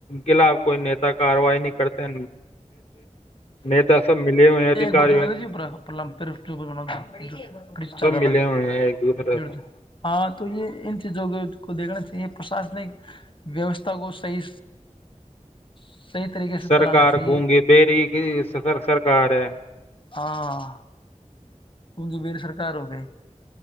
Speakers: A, on the left; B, on the left.
A: خلاف کوئی نیتا کاروائی نہیں کرتے نیتا سب ملے ہوئے ہیں ادھیکاریوں
B: ایک بوتل مل جی اپ ا لمپ <unintelligible> ی چل
A: سب
B: رہا
A: ملے
B: ہے ب
A: ہوئے ہیں ایک دوسرے
B: ج
A: سے
B: ہاں تو یہ ان چیزوں کے کو دیکھنا چاہیے پرشاسنک ویوستھا کو صحی سے
A: سرکار
B: چلانا چاہیے
A: گگ بری کی سر سرکار ہے
B: ہاں کونک میر سرکار ہو گئے